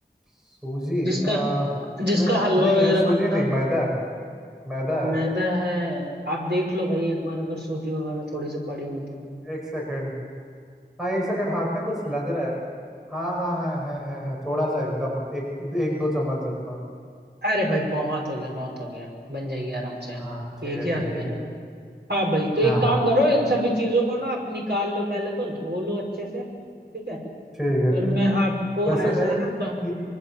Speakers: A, in the centre; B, on the right.
A: सूजी
B: जिसका
A: आ,
B: जिसका
A: न,
B: हलवा
A: नहीं
B: वगैरह
A: यार सूजी
B: बनता
A: नहीं मैदा है मैदा है
B: मैदा है आप देख लो भाई एक बार अगर सूजी वगैरह थोड़ी सी पड़ी हो तो
A: एक सेकंड हाँ एक सेकंड हाथ में कुछ लग रहा है हाँ हाँ हाँ है है है थोड़ा सा एकदम एक एक दो चम्मच जितना
B: अरे भाई बहुत हो गया बहुत हो गया बन जाएगी आराम से
A: हाँ ठीक
B: एक
A: है
B: ही
A: ठीक
B: आदमी
A: है ठीक
B: है ना
A: है
B: हाँ भाई तो एक
A: हाँ
B: काम
A: हाँ
B: करो इन सभी चीजों को ना आप निकाल लो पहले तो धो लो अच्छे से ठीक है
A: ठीक है
B: पर
A: ठीक
B: मैं
A: है
B: आपको
A: वैसे
B: ऐसा
A: अ,
B: है ना ब,
A: ये-